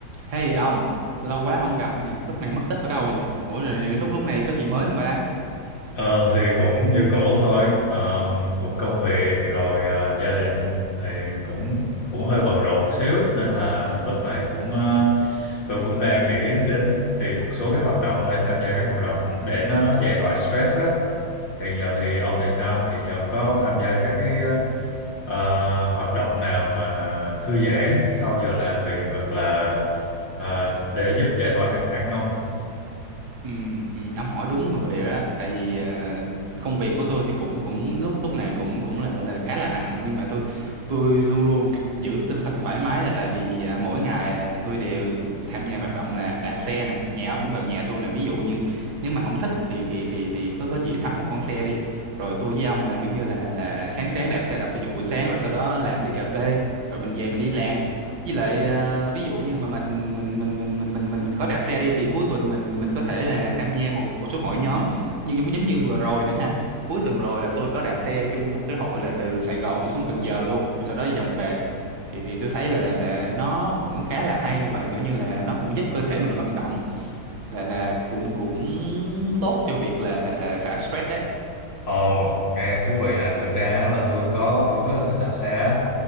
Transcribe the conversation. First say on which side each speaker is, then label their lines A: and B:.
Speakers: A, on the right; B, on the left.
A: Hey ông, lâu quá không gặp nha, lúc này mất tích ở đâu vậy? Ủa rồi lúc lúc này có gì mới không ba?
B: Ờ, thì cũng như cũ thôi Ờ, cũng công việc rồi ờ, gia đình thì cũng cũng hơi bận rộn một xíu nên là lúc này cũng ờ, tôi cũng đang nghĩ đến tìm một số cái hoạt động hay tham gia các hoạt động để nó giải tỏa stress á thì giờ thì ông thì sao thì giờ ông có tham gia các cái ờ, ờ, hoạt động nào mà thư giãn sau giờ làm việc hoặc là ờ, để giúp giải tỏa căng thẳng không
A: Ừ, ừ, ông hỏi đúng người rồi đó, tại vì ờ, công việc của tôi thì cũng cũng lúc lúc này cũng cũng là gọi là khá là nặng nhưng mà tôi tôi luôn luôn k- giữ tinh thần thoải mái là tại vì à, mỗi ngày à, tôi đều tham gia hoạt động là đạp xe nè, nhà ông cũng gần nhà tôi nè, ví dụ như nếu mà ông thích thì thì thì thì có có gì sắm một con xe đi. Rồi tôi với ông là kiểu như là là sáng sáng đạp xe tập thể dục buổi sáng rồi sau đó làm ly cà phê rồi mình về mình đi làm với lại à, ví dụ như mà mình mình mình mình mình mình mình mình có đạp xe đi thì cuối tuần mình mình có thể là tham gia một một số hội nhóm như giống giống như vừa rồi nè ha cuối tuần rồi là tôi có đạp xe chung một cái hội là từ Sài Gòn đi xuống Cần Giờ luôn rồi sau đó vòng về thì thì tôi thấy là là nó cũng khá là hay và kiểu như là nó cũng giúp cơ thể mình vận động là là cũng cũng tốt cho việc là xả stress đấy
B: Ồ, nghe thú vị nè. Thật ra á là tôi có, tôi rất là thích đạp xe á.